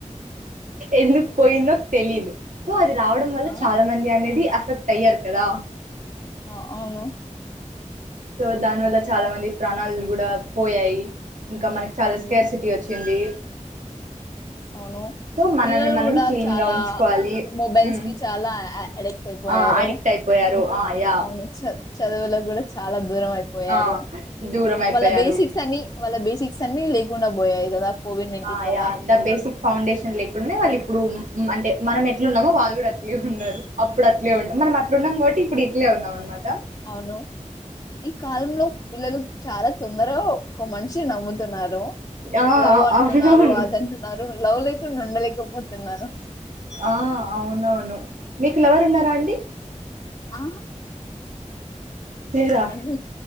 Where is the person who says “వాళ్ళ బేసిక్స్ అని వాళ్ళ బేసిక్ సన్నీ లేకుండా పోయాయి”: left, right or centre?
Left